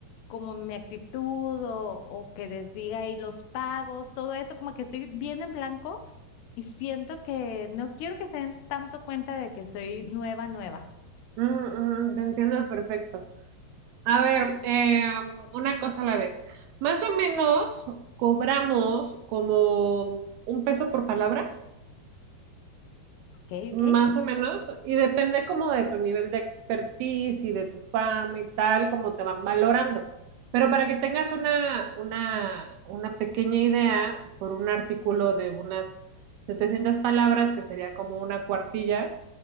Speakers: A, on the left; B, on the right.
A: como mi actitud o, o que les diga y los pagos, todo eso, como que estoy bien en blanco y siento que no quiero que se den tanto cuenta de que soy nueva, nueva,
B: Mm, mm, te entiendo perfecto. A ver, eh, una cosa a la vez. Más o menos cobramos como un peso por palabra.
A: ¿ok?
B: Más
A: ¿Ok?
B: o menos, y depende como de tu nivel de expertise y de tu fama y tal, como te van valorando. Pero para que tengas una, una, una pequeña idea, por un artículo de unas 700 palabras, que sería como una cuartilla,